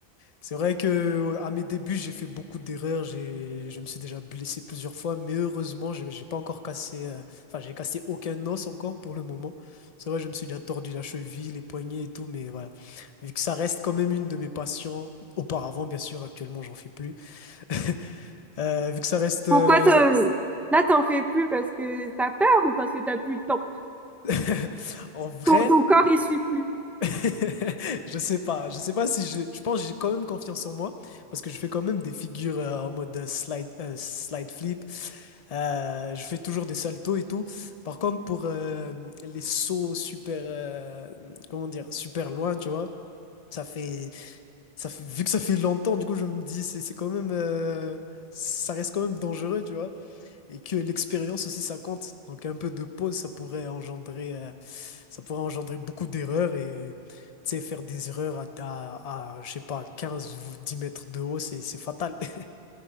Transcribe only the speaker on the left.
c'est vrai que euh, à mes débuts, j'ai fait beaucoup d'erreurs. J'ai, je me suis déjà blessé plusieurs fois, mais heureusement, j'ai j'ai pas encore cassé. euh, Enfin, j'ai cassé aucun os encore pour le moment. C'est vrai, je me suis déjà tordu la cheville, les poignets et tout, mais voilà. Vu que ça reste quand même une de mes passions. Auparavant, bien sûr, actuellement, j'en fais plus. <laughs> Euh, vu que ça reste
euh,
<laughs> en vrai,
<laughs> je sais pas, je sais pas si je, je pense que j'ai quand même confiance en moi parce que je fais quand même des figures euh, en mode euh, slide euh, slide flip. Euh, je fais toujours des saltos et tout. Par contre, pour euh, les sauts super euh, comment dire, super loin, tu vois, ça fait ça fait vu que ça fait longtemps, du coup je me dis c'est c'est quand même euh, ça reste quand même dangereux, tu vois. et que l'expérience aussi ça compte. Donc un peu de pause, ça pourrait engendrer, euh, ça pourrait engendrer beaucoup d'erreurs et tu sais, faire des erreurs à, à, à, je sais pas, 15, ou 10 mètres de haut, c'est c'est fatal. <laughs>